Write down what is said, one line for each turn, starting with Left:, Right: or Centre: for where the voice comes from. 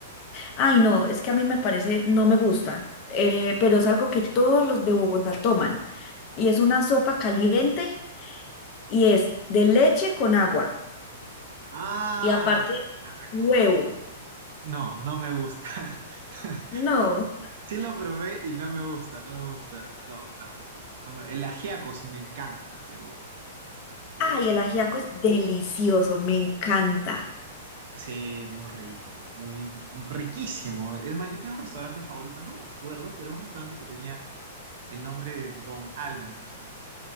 Left: Ay, no, es que a mí me parece, no me gusta, eh, pero es algo que todos los de Bogotá toman y es una sopa caliente y es de leche con agua
Right: Ah,
Left: y aparte
Right: ya me acordé.
Left: huevo.
Right: No, no me gusta. <laughs>
Left: No,
Right: Sí lo probé y no me gusta, no me gusta. No, no, no, no. no me- el ajiaco sí me encanta, pero eh,
Left: ay, el ajiaco es delicioso, me encanta.
Right: sí, muy rico, muy, muy riquísimo. Es más, yo tenía un restaurante favorito, no me acuerdo, pero un restaurante que tenía el nombre de Don Algo, o sea,